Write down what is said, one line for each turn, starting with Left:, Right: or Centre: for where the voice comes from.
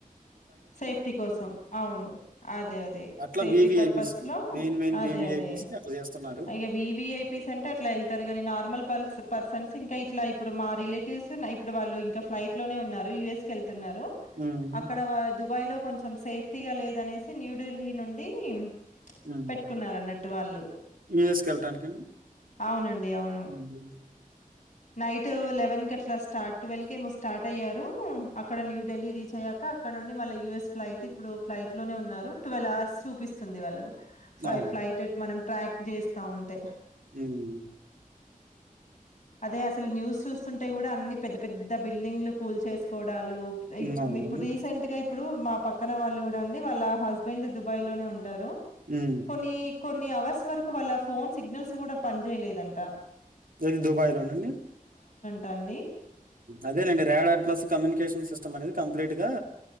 Left: సేఫ్టీ కోసం అవును అదే అదే
Right: అట్లా
Left: సేఫ్టీ
Right: వివిఐపీస్
Left: పర్పస్
Right: కి
Left: లో
Right: మెయిన్ మెయిన్
Left: అదే
Right: వివిఐపీస్
Left: అదే
Right: కి అట్లా చేస్తున్నారు
Left: ఇక V V I P centre అట్ల వెళ్తరు గానీ నార్మల్ పల్ పర్సన్స్ ఇం ఇంకా ఇట్లా ఇప్పుడు మా రిలేటివ్స్ ఇప్పుడు వాళ్ళు ఇంకా ఫ్లైట్ లోనే ఉన్నారు యుఎస్ కెళ్ తే న్నారు
Right: హ్మ్.
Left: అక్కడా దుబాయ్లో కొంచెం సేఫ్టీగా లేదనేసి న్యూఢిల్లీ నుండీ దు
Right: హ్మ్.
Left: పెట్టుకున్నారన్నట్టు వాళ్ళు
Right: యూఎస్‌కెళ్ళటానికండి?
Left: అవునండి అవును
Right: హ్మ్.
Left: నైట్ లెవెన్ కి అట్లా స్టార్ట్ ట్వెల్వ్ కి ఏమో స్టార్ట్ అయ్యారు అక్కడ న్యూ ఢిల్లీ రీచ్ అయ్యాక అక్కడ నుండి వాళ్ళ యూఎస్ ఫ్లైట్ ఇప్పుడు ఫ్లైట్ లోనే ఉన్నారు ట్వెల్వ్ అవర్స్ చూపిస్తుంది వాళ్ళరు ఫై
Right: అవును.
Left: ఫ్లైట్ అట్టు మనం ట్రాక్ చేస్తా ఉంటే
Right: హ్మ్
Left: అదే అసలు న్యూస్ చూస్తుంటే కూడా అన్ని పెద్ద పెద్ద బిల్డింగ్లు కూల్ చేసుకోడాలు <unintelligible>
Right: హ్మ్. అవునండి.
Left: ఇప్పుడు రీసెంట్ గా ఇప్పుడూ మా పక్కన వాళ్ళు కూడా అండి వాళ్ళ హస్బెండ్ దుబాయ్ లోనే ఉంటారు.
Right: హ్మ్
Left: కొన్ని కొన్ని అవర్స్ వరకు వాళ్ళ ఫోన్ సిగ్నల్స్ కూడా పనిచేయలేదంట.
Right: ఏది దుబాయ్ లోనండి
Left: టండి
Right: అదేనండి రాడర్ ప్లస్ కమ్యూనికేషన్ సిస్టమ్ అనేది కంప్లీట్ గా